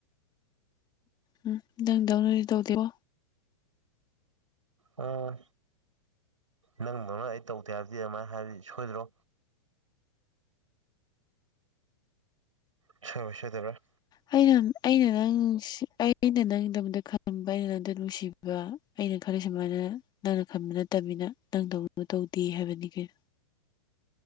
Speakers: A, on the left; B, on the right.
A: ꯎꯝ ꯅꯪꯗꯧꯅꯗꯤ ꯇꯧꯗꯦꯕꯣ
B: ꯎꯝ ꯅꯪꯗꯧꯅ ꯑꯩ ꯇꯧꯗꯦ ꯍꯥꯏꯕꯗꯤ ꯑꯗꯨꯃꯥꯏꯅ ꯍꯥꯏꯕꯗꯤ ꯁꯣꯏꯗ꯭ꯔꯣ ꯁꯣꯏꯕ ꯁꯣꯏꯗꯕꯔꯥ
A: ꯑꯩꯅ ꯑꯩꯅ ꯅꯪ ꯑꯩꯅ ꯅꯪꯒꯤꯗꯃꯛꯇ ꯈꯟꯕ ꯑꯩꯅ ꯅꯪꯗ ꯅꯨꯡꯁꯤꯕ ꯑꯗꯨꯒ ꯑꯩꯅ ꯈꯜꯂꯤ ꯁꯨꯃꯥꯏꯅ ꯅꯪꯅ ꯈꯟꯕ ꯅꯠꯇꯕꯅꯤꯅ ꯅꯪ ꯇꯧ ꯇꯧꯗꯦ ꯍꯥꯏꯕꯅꯤ ꯀꯩꯅꯣ